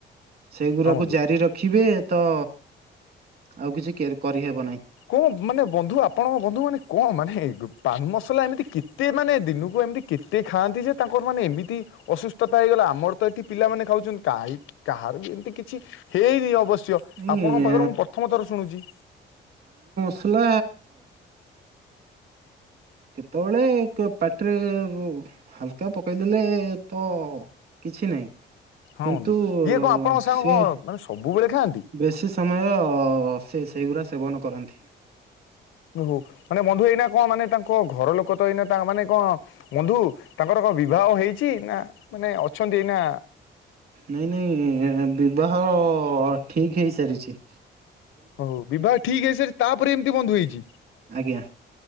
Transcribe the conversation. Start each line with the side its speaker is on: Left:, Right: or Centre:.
Right: ସେଇଗୁଡାକୁ
Left: ହଁ ବନ୍ଧୁ।
Right: ଜାରି ରଖିବେ। ତ ଆଉ କିଛି କେର କରିହେବ ନାହିଁ।
Left: କଣ ମାନେ ବନ୍ଧୁ ଆପଣଙ୍କ ବନ୍ଧୁ ମାନେ କଣ ମାନେ ପାନ ମସଲା ଏମିତି କେତେ ମାନେ ଦିନକୁ ଏମିତି କେତେ ଖାଆନ୍ତି ଯେ ତାଙ୍କର ମାନେ ଏମିତି ଅସୁସ୍ଥତା ହେଇଗଲା ଆମର ତ ଏଠି ପିଲାମାନେେ ଖାଉଚନ୍ତି କାହି କାହାର ବି ଏମିତି କିଛି ହେଇନି ଅବଶ ୟ
Right: ଏଇ
Left: ଆପଣଙ୍କ ପାଖରୁ ମୁଁ ପ୍ରଥମ ଥର ଶୁଣୁଚି।
Right: ସାଲା କେତେବେଳେ କ ପାଟିରେ ହାଲକା ପକେଇଦେଲେ ତ କିଛିନାହିଁ
Left: ହଁ
Right: କିନ୍ତୁ
Left: ବନ୍ଧୁ ଇଏ କଣ ଆପଣଙ୍କ ସାଙ୍ଗ
Right: ସିଏ
Left: କଣ ମାନେ ସବୁବେଳେ ଖାଆନ୍ତି
Right: ବେଶୀ ସମୟ ସେ ସେଇଗୁଡ଼ା ସେବନ କରନ୍ତି।
Left: ଓହୋ ମାନେ ବନ୍ଧୁ ଏଇନା କଣ ମାନେ ତାଙ୍କ ଘର ଲୋକ ତ ଏଇନା ମାନେ କଣ ବନ୍ଧୁ ତାଙ୍କର କଣ ବିବାହ ହେଇଚି ନା ମାନେ ଅଛନ୍ତି ଏଇନା
Right: ନାଇଁ ନାଇଁ ବିବାହ ଠିକ ହେଇସାରିଚି।
Left: ହଉ ବିବାହ ଠିକ ହେଇ ସାରି ତାପରେ ଏମିତି ବନ୍ଧୁ ହେଇଚି।
Right: ଆଜ୍ଞା